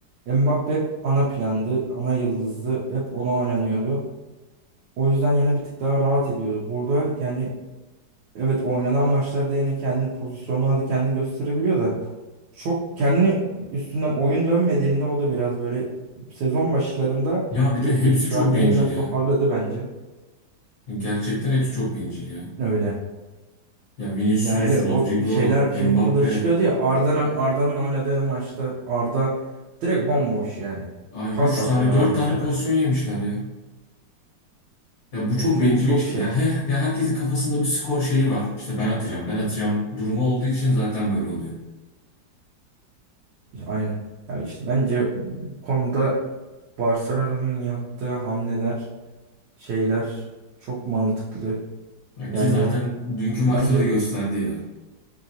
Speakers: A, on the right (about 90°); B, on the left (about 45°).
A: Mbappe hep ana plandı ana yıldızdı hep ona oynanıyordu. O yüzden yine bir tık daha rahat ediyordu. Burada yani evet oynanan maçlarda yine kendini pozisyonlarda kendini gösterebiliyor da çok kendi üstünden oyun dönmediğinde o da biraz böyle sezon başlarında
B: Ya bir
A: kötüydü.
B: de hepsi
A: Şu
B: çok
A: an yine
B: bencil
A: biraz
B: ya.
A: toparladı bence.
B: Gerçekten hepsi çok bencil ya.
A: Öyle.
B: Ya Vinicius,
A: Ya hele
B: Rodrigo,
A: o şeyler
B: Mbappe.
A: şey videoları çıkıyordu ya Arda'nın Arda'nın oynadığı maçta Arda direkt bomboş yani.
B: Ay
A: Pas
B: 3
A: atmıyorlar
B: tane 4
A: mesela.
B: tane pozisyon yemişler ya. Ya bu çok
A: E, Çok
B: bencillik
A: çok
B: işte.
A: şey.
B: Ya, heh, ya herkesin kafasında bir skor şeyi var. İşte ben atacağım, ben atacağım durumu olduğu için zaten böyle oluyor.
A: Aynı. Ya işte bence bu konuda Barcelona'nın yaptığı hamleler şeyler çok mantıklı.
B: Ya
A: Yani
B: ki zaten dünkü maçta
A: bence
B: da gösterdi ya.